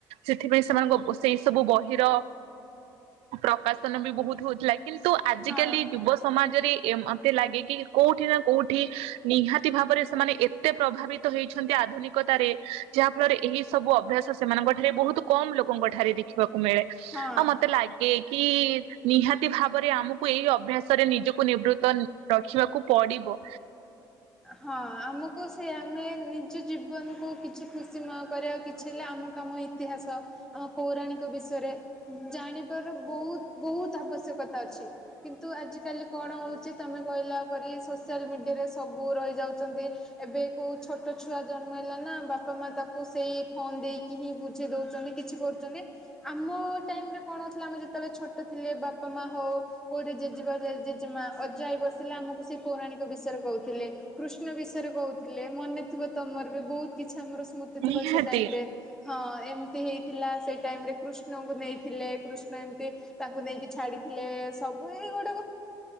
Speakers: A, on the right; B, in the centre.
A: ସେଥିପାଇଁ ସେମାନଙ୍କ ସେଇ ସବୁ ବହିର ପ୍ରକାଶନ ବି ବହୁତ ହଉଥିଲା। କିନ୍ତୁ ଆଜିକାଲି
B: ହଁ
A: ଯୁବ ସମାଜରେ ମତେ ଲାଗେ କି କୋଉଠି ନା କୋଉଠି ଏଇଠି ନିହାତି ଭାବରେ ସେମାନେ ଏତେ ପ୍ରଭାବିତ ହେଇଛନ୍ତି ଆଧୁନିକତାରେ ଯାହା ଫଳରେ ଏହି ସବୁ ଅଭ୍ୟାସ ସେମାନଙ୍କ ଠାରେ ବହୁତ କମ ଲୋକଙ୍କ ଠାରେ ଦେଖିବାକୁ ମିଳେ
B: ହଁ।
A: ଆଉ ମତେ ଲାଗେ ଏ କି ନିହାତି ଭାବରେ ଆମକୁ ଏଇ ଅଭ୍ୟାସରେ ନିଜକୁ ନିବୃତ୍ତ ରଖିବାକୁ ପଡିବ।
B: ହଁ ଆମକୁ ସେ ଆମେ ନିଜ ଜୀବନକୁ କିଛି ଖୁସିମୟ କରିବାକୁ କିଛି ହେଲେ ଆମକୁ ଆମ ଇତିହାସ ଆମ ପୌରାଣିକ ବିଷୟରେ ଜାଣିବାର ବହୁତ ବହୁତ ଆବଶ୍ୟକତା ଅଛି କିନ୍ତୁ ଆଜିକାଲି କଣ ହେଉଛି ତମେ କହିଲା ପରି ସୋସିଆଲ ମିଡ଼ିଆରେ ସବୁ ରହିଯାଉଛନ୍ତି ଏବେ କୋଉ ଛୋଟ ଛୁଆ ଜନ୍ମ ହେଲା ନା ବାପା ମା ତାକୁ ସେଇ ଫୋନ ଦେଇକି ହିଁ ବୁଝେଇ ଦଉଛନ୍ତି କିଛି କରୁଛନ୍ତି ଆମ ଟାଇମରେ କଣ ହେଉଥିଲା ଆମେ ଯେତେବେଳେ ଛୋଟ ଥିଲେ ବାପା ମା ହଉ କୋଉଠି ଜେଜେବବା ଜେେମା ଅଜାଇ ବସିଲେ ଆମକୁ ସେ ପୌରାଣିକ ବିଷୟରେ କହୁ ଥିଲେ କୃଷ୍ଣ ବିଷୟରେ କହୁଥିଲେ ମନେ ଥିବ ତମର ବି ବହୁତ କିଛି ଆମର ସ୍ମୃତି ଥିବ
A: ନିହାତି
B: ସେ ଟାଇମ ରେ ହଁ ଏମିତି ହେଇଥିଲା ସେଇ ଟାଇମ ରେ କୃଷ୍ଣଙ୍କୁ ନେଇଥିଲେ କୃଷ୍ଣ ଏମିତି ତାଙ୍କୁ ନେଇକି ଛାଡିଥିଲେ ସବୁ ଏଇ ଗୋଟେ